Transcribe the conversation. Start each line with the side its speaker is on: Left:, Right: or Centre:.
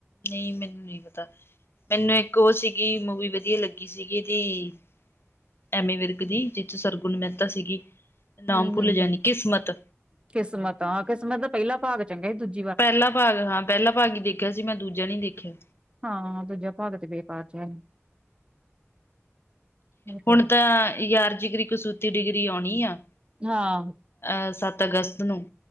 Left: ਨਹੀਂ ਮੈਨੂੰ ਨਹੀਂ ਪਤਾ ਪਹਲੇ ਇੱਕ ਉਹ ਸੀਗੀ ਮੂਵੀ ਵਦੀਆ ਲੱਗੀ ਕੀ ਸੀਗੀ ਜੀ ਐਮੀ ਵਿਰਕ ਦੀ ਜਿੱਥੋਂ ਸਰਗੁਣ ਮਹਿਤਾ ਸੀਗੀ ਨਾਮ
Right: ਹਮ-ਹਮ
Left: ਭੁੱਲ ਜਾਣੀ ਕਿਸਮਤ
Right: ਕਿਸਮਤ ਆ ਕਿਸਮਤ ਦਾ ਪਹਿਲਾ ਭਾਗ ਚੰਗਾ ਸੀ ਦੂਜਾ
Left: ਪਹਿਲਾ ਭਾਗ ਹਾਂ ਪਹਿਲਾ ਭਾਗ ਹੀ ਦੇਖਿਆ ਸੀ ਮੈਂ ਦੂਜਾ ਨੀ ਦੇਖਿਆ
Right: ਹਾਂ ਦੂਜਾ ਭਾਗ ਤੇ ਬੇਕਾਰ ਜੇਹਾ ਏ ਉਹ ਤੇ
Left: ਹੁਣਤਾਂ
Right: ਹੈ
Left: ਯਾਰ ਜਿਗਰੀ ਕਸੂਤੀ ਡਿਗਰੀ ਆਉਣੀ ਆ
Right: ਹਾਂ
Left: ਅ ਸੱਤ ਅਗਸਤ ਨੂੰ